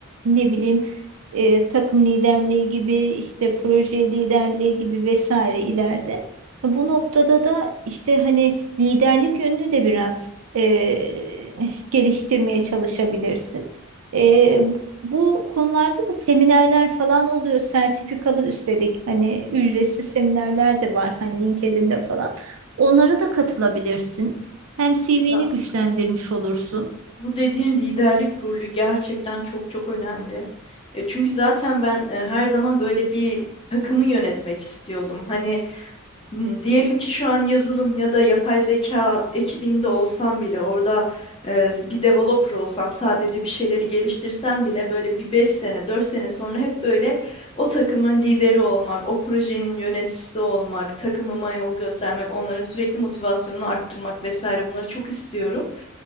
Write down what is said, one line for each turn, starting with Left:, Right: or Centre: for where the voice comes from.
Right: ne bileyim e, takım liderliği gibi işte proje liderliği gibi vesaire ileride. Bu noktada da işte hani Liderlik yönünü de biraz e, geliştirmeye çalışabilirsin. E, bu konularda da seminerler falan oluyor, sertifikalı üstelik. Hani ücretsiz seminerler de var, hani LinkedIn'de falan. Onlara da katılabilirsin. Hem CV'ni
Left: Ya
Right: güçlendirmiş olursun.
Left: bu dediğin liderlik rolü gerçekten çok çok önemli. Ya çünkü zaten ben e, her zaman böyle bir takımı yönetmek istiyordum. Hani Hmm, Diyelim ki şu an yazılım ya da yapay zeka ekibinde olsam bile orada e, bir developer olsam sadece bir şeyleri geliştirsem bile böyle bir 5 sene 4 sene sonra hep böyle o takımın lideri olmak, o projenin yöneticisi olmak, takımıma yol göstermek, onların sürekli motivasyonunu arttırmak vesaire bunları çok istiyorum.